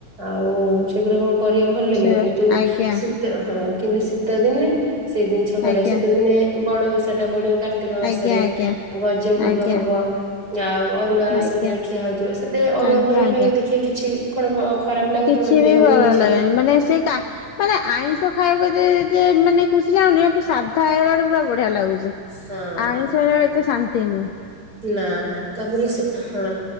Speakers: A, on the right; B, on the left.
A: ଆଉ ସେଗୁଡା କଣ କରିବା ଭଲ ଲାଗିବ
B: ସେ
A: କିନ୍ତୁ ହଁ
B: ଆଜ୍ଞା
A: କିନ୍ତୁ ଶୀତ ଦିନେ, ସେଇ ଜିନିଷ କରିବା,
B: ଆଜ୍ଞା
A: ଶୀତ ଦିନେ ବଡ ଓଷା ଟା ପଢିବ କାର୍ତି କାର୍ତିକ ମାସରେ
B: ଆଜ୍ଞା ଆଜ୍ଞା
A: ଗଜ ଭୋଗ
B: ଆଜ୍ଞା
A: ହବ। ଆଉ ଅରୁଆ
B: ଆଜ୍ଞା।
A: ସେତେବେଳେ ଖିଆ ହଉଥିବ, ସେଥିେରେ ଅରୁଆ
B: ଆଜ୍ଞା
A: ଫରୁଆ
B: ଆଜ୍ଞା
A: ଖାଇବେ ଦେଖିକେ କିଛି କଣ ଖରାପ ଲାଗୁଥିବ
B: କିଛି
A: ମାନେ
B: ବି
A: ଦେହକୁ
B: ଭଲ
A: କିଛି
B: ଲାଗେନି ମାନେ ସେ କା ମାନେ ଆଇଁଷ ଖାଇବାକୁ ଏତେ ଯେ ମାନେ ଖୁସି ଲାଗୁନି ସାଧା ହେଇଗଲାଠୁ ପୁରା ବଢିଆ ଲାଗୁଛି,
A: ହଁ
B: ଆଇଁଷ ହେଇଲା ବେଳେ ଏତେ ଶାନ୍ତି ନୁହେଁ।
A: ନା ତାପରେ ସେ ହଁ,